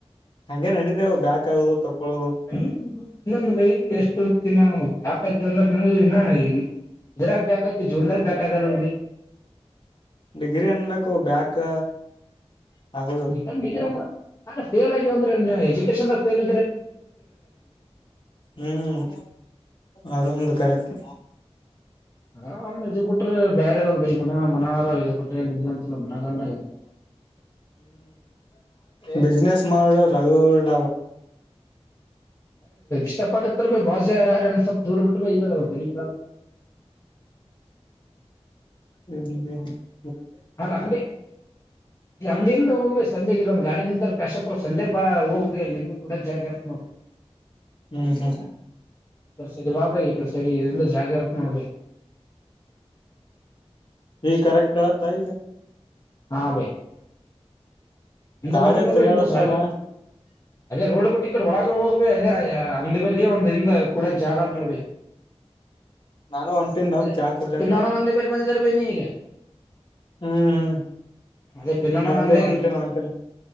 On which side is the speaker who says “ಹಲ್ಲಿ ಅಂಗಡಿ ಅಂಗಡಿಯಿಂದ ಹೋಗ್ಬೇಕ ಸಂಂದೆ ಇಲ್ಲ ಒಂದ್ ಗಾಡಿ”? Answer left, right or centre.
Left